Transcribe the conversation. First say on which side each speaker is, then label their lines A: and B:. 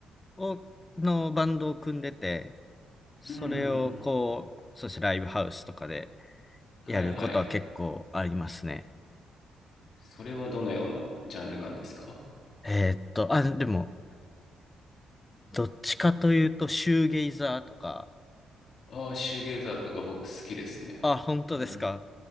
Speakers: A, on the left; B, on the left.
A: を、のバンドを組んでて、それをこう、
B: うん、
A: そしてライブハウスとかで
B: はいはい。
A: やることは結構ありますね。
B: それはどのようなジャンルなんですか
A: えーっと、あ、でも、どっちかというと、シューゲイザーとか、
B: ああ、シューゲイザーとか僕好きですね。
A: あ、本当ですか。
B: うん。